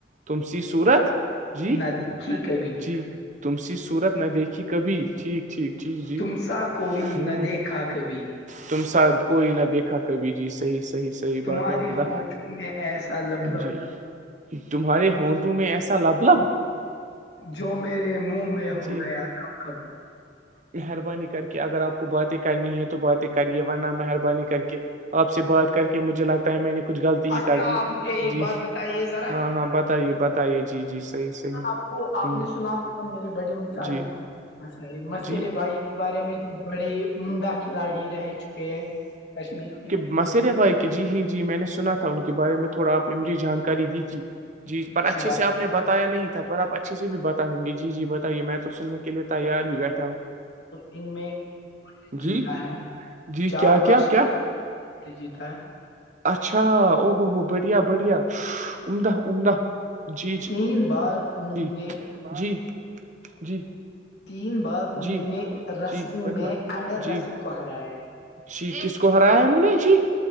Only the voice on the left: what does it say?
نہ د ھییک ہےبھی
تم سا کوئی
نہ دیکھا کبھی
تمہاری
ہونٹل میں ایسا لب لب
جو میرے منہ میں ہو
گیا کب کب
اچھا
آپ مجھے ایک
بات بتائیے ذرا
ہاں آپ کو آپ
نے سنا ہوگا میرے بڑے مچاری
ہاں ساری مسیرے
بھائی کے بارے میں جو بڑے ہی عمدہ کھلاڑی رہ چکے ہیں کشمیر کے
کے
پچھلی
بار
گ میں جیتا
ہے
چار
بار
جیتا ہے
تین بار انہوں
نے
تین بار
انہوں نے رسلنگ
میں انڈر
رسل کو ہرایا